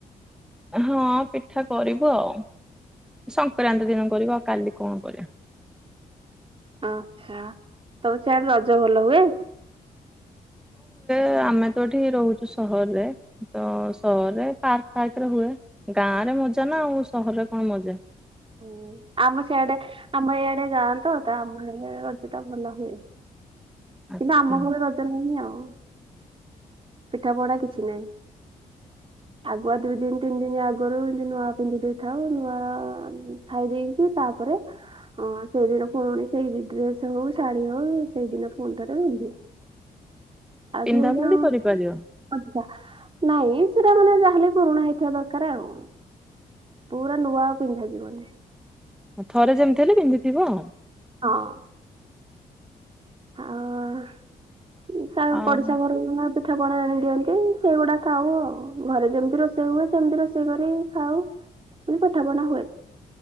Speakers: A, in the centre; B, on the right.
A: ହଁ ପିଠା କରିବୁ ଆଉ ସଂକ୍ରାନ୍ତି ଦିନ କରିବୁ ଆଉ କାଲି କଣ କରି
B: ଆଚ୍ଛା ତମର ସିଆଡ଼େ ରଜ ଭଲ ହୁଏ?
A: ଏ ଆମେ ତ ଏଠି ରହୁଛୁ ସହରରେ ତ-ଅ-ଅ ସହରରେ ପାର୍କ ଫାର୍କରେ ହୁଏ। ଗାଁ ରେ ମଜା ନା ଆଉ ସହରରେ କଣ ମଜା।
B: ହୁଁ ଆମ ସେଆଡେ ଆମ ଏଇଆଡେ ଗାଁତ ତ ଆମ ଏ ରଜଟା ଭଲ ହୁଏ।
A: ଆଚ୍ଛା
B: କିନ୍ତୁ ଆମ ଘରେ ରଜ ନାହିଁ ଆଉ। ପିଠା ପଣା କିଛି ନାହିଁ। ଆଗୁଆ ଦୁଇ ଦିନ ତିନି ଦିନ ଆଗରୁ ଏମିତି ନୂଆ ପିନ୍ଧି ଦେଇଥାଉ ନୂଆ-ଆ-ଆ-ଆ ଖାଇ ଦେଇକି ତାପରେ ହଁ ସେଇଦିନ ପୁଣି ସେଇ ଇ ଡ୍ରେସ ହଉ ଶାଢୀ ହଉ-ଉ-ଉ ସେଇଦିନ ପୁଣିଥରେ ପିନ୍ଧେ ଆଜି
A: ପିନ୍ଧା
B: ଏ
A: ପୁନ୍ଧି
B: ଯୋଉ
A: କରିପାରିବ
B: ଆଚ୍ଛା ନାଇଁ ସେଟା ମାନେ ଯାହାଲେ ପୁରୁଣା ହେଇଥିବା ଦରକାର ଆଉ। ପୁରା ନୂଆ ପିନ୍ଧାଯିବନି।
A: ଥରେ ଯେମିତି ହେଲେ ପିନ୍ଧିଥିବ।
B: ହଁ। ଆ-ଆ-ଆ ଉ ସାଙ୍ଗ,
A: ଆଉ
B: ପଡିଶା ଘରକୁ ନା ପି ପିଠା ପଣା ଆଣି ଦିଅନ୍ତି ସେଇଗୁଡା ଖାଉ ଆଉ ଘରେ ଯେମିତି ରୋଷେଇ ହୁଏ ସେମତି ରୋଷେଇ କରି ଖାଉ। କିନ୍ତୁ ପିଠା ପଣା ହୁଏନି।